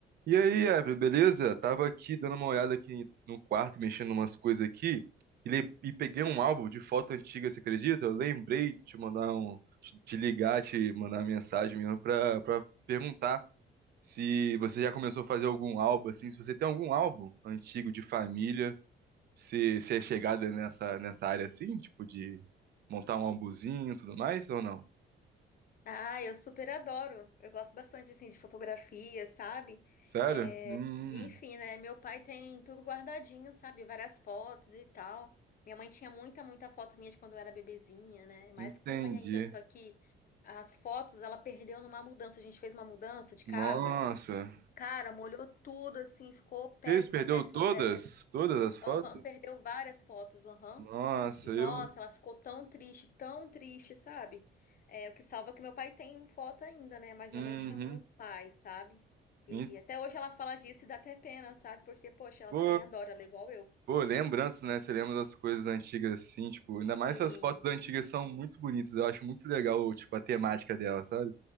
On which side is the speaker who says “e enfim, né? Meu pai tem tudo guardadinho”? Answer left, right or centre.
Left